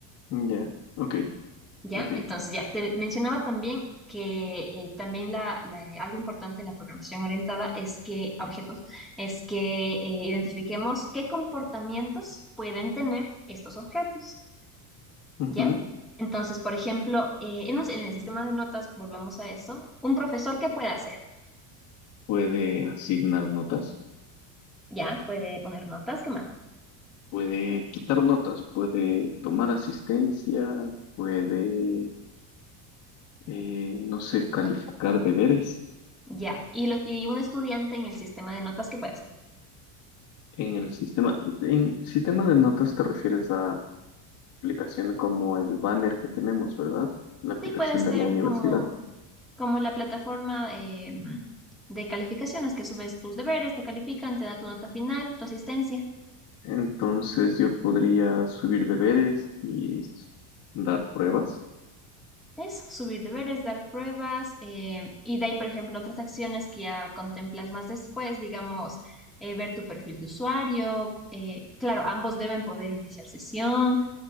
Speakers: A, on the left (about 60°); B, in the centre.
A: Ya, ok,
B: ¿Ya?
A: ok.
B: Entonces, ya, te mencionaba también que eh, también la, la- eh, algo importante en la programación orientada es que, a objetos, es que eh, identifiquemos qué comportamientos pueden tener estos objetos,
A: Ujú.
B: ¿ya? Entonces, por ejemplo, eh, en, un- en el sistema de notas, volvamos a eso, un profesor, ¿qué puede hacer?
A: Puede asignar notas,
B: ¿Ya? Puede poner notas, ¿qué más?
A: puede quitar notas, puede tomar asistencia, puede, eh, no sé, calificar deberes
B: Ya. Y, los- y un estudiante en el sistema de notas, ¿qué puede hacer?
A: en el sistema. En sistema de notas te refieres a aplicaciones como el banner que tenemos, ¿verdad? La aplicación
B: Sí, puede ser
A: de la universidad.
B: como como la plataforma eh, de calificaciones, que subes tus deberes, te califican, te da tu nota final, tu asistencia.
A: Entonces yo podría subir deberes y s- dar pruebas.
B: Eso, subir deberes, dar pruebas, eh, y de ahí, por ejemplo, otras acciones que ya contemplas más después, digamos, eh, ver tu perfil de usuario. eh, claro, ambos deben poder iniciar sesión.